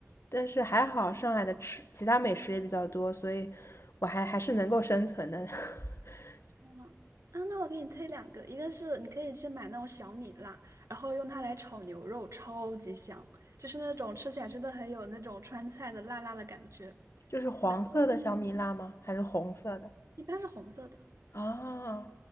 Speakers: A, on the left; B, on the right.
A: 但是还好，上海的吃其他美食也比较多，所以我还还是能够生存的。<laughs>
B: 嗯啊，那我给你推两个，一个是你可以去买那种小米辣，然后用它来炒牛肉，超级香，就是那种吃起来真的很有那种川菜的辣辣的感觉。
A: 就是黄色的小米辣吗？
B: 嗯
A: 还是红色的？
B: 一般是红色的。
A: 啊，